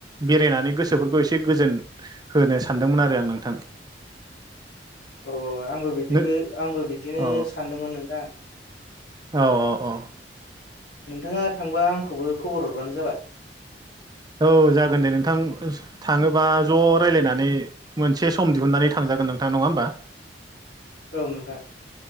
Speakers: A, on the right; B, on the left.
A: बेरायनानै गोसोफोर एसे गोजोन होनो सानदोंमोन आरो आं नोंथां
B: अ आंबो बिदिबो
A: नो
B: आंबो बिदिनो
A: औ
B: सानदोंमोन नोंथां
A: औ औ औ
B: नोंथाङा थांबा आंखौबो खबर हरबानो जाबाय
A: औ जागोन दे नोंथां थाङोबा ज' रायजलायनानै मोनसे सम दिहुननानै थांजागोन जागोन नोंथां नङा होमबा
B: औ नोंथां